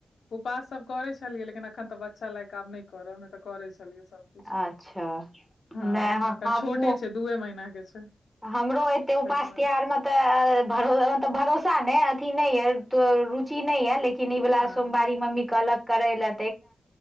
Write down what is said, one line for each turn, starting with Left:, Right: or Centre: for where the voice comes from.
Left: उपास सभ करैत छलियै लेकिन एखन तऽ बच्चा लायकऽ आब नय करब नय तऽ करै छलियै सभ
Centre: अच्छा
Left: हँ
Centre: नहि
Left: एखन
Centre: हमहुँ
Left: छोटे छै दूए महीना के छै
Centre: हमरो एते उपास
Left: ताहि दुआरे
Centre: तिहारमे तय भरोसा नहि अथि नहि य रुचि नहि य लेकिन लेकिन ई वाला
Left: हँ
Centre: सोमवारी मम्मी कहलक करे ले